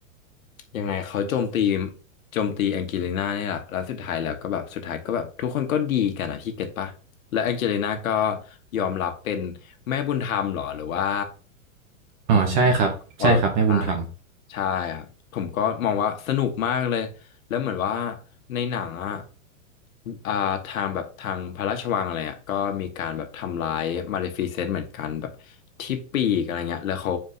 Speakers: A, on the left; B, on the right.
A: ยังไงเขาโจมตีโจมตีแองเจลิน่าเนี่ยแหละแล้วสุดท้ายแล้วก็แบบสุดท้ายก็แบบทุกคนก็ดีกันอ่ะพี่เก็ตปะและแองเจลิน่าก็ยอมรับเป็นแม่บุญธรรมเหรอหรือว่า
B: อ๋อใช่ครับใช่ครับแม่บุญธรรม
A: ออโรราอะไรอย่างเงี้ยใช่ครับผมก็มองว่าสนุกมากเลยแล้วเหมือนว่าในหนังอ่ะอ่าทางแบบทางพระราชวังอะไรอ่ะก็มีการแบบทำร้ายมาเลฟิเซนต์เหมือนกันแบบที่ปีกอะไรเงี้ยแล้วเขา